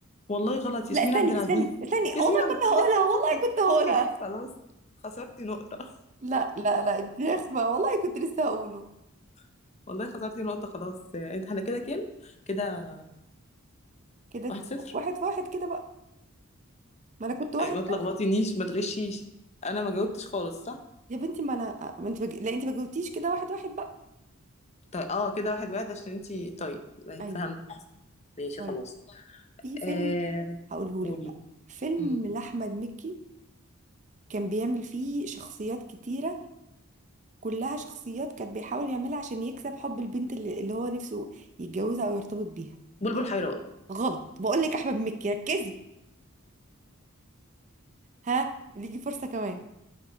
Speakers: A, on the left; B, on the right.
A: والله غلط
B: لا
A: ياسمين
B: استني
A: عبد العزيز
B: استني استني
A: ياسمين
B: والله
A: عبد
B: كنت
A: بصي
B: هقولها والله
A: فكك
B: كنت هقولها
A: فكك خلاص خسرتي نقطة
B: لا لا لا دي رخمة والله كنت لسه هقوله
A: <laughs> والله خسرتي نقطة خلاص انت احنا كده كام كده
B: كده
A: واحد صفر
B: واحد في واحد كده بقى ما انا كنت واحد
A: أيوة، ما
B: بس
A: تلخبطينيش ما تغشيش انا ما جاوبتش خالص صح
B: يا بنتي ما انا ما انت بج... لا انت ما جاوبتيش كده واحد واحد بقى
A: طيب اه كده واحد واحد عشان انتي طيب
B: ايوه
A: فهمت ماشي
B: طيب
A: خلاص
B: في فيلم
A: آه...
B: هقوله
A: قولي
B: لك بقى فيلم
A: مم.
B: لاحمد مكي كان بيعمل فيه شخصيات كتيرة كلها شخصيات كان بيحاول يعملها عشان يكسب حب البنت اللي, اللي هو نفسه يتجوزها او يرتبط بيها
A: بلبل حيران
B: غلط بقول لك احمد مكي ركزي ها ليكي فرصة كمان